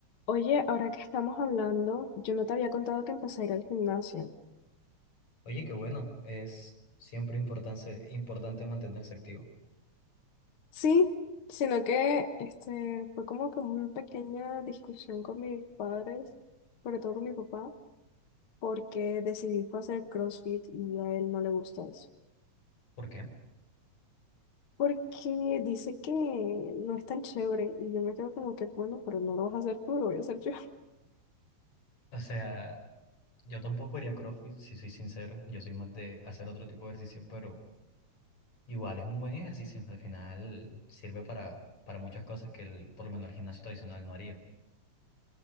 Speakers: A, on the left; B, on the left.
A: Oye, ahora que estamos hablando, yo no te había contado que empecé a ir al gimnasio.
B: Oye, qué bueno, es siempre importante, importante mantenerse activo.
A: Sí, sino que este fue como que una pequeña discusión con mis padres, sobre todo con mi papá, porque decidí fue hacer CrossFit y a él no le gusta eso.
B: ¿Por qué?
A: Porque dice que no es tan chévere y yo me quedo como que, bueno, pero no lo vas a hacer tú, lo voy a hacer yo. <laughs>
B: O sea, yo tampoco haría CrossFit, si soy sincero, yo soy más de hacer otro tipo de ejercicio, pero igual es un buen ejercicio, al final sirve para, para muchas cosas que el, por lo menos el gimnasio tradicional no haría.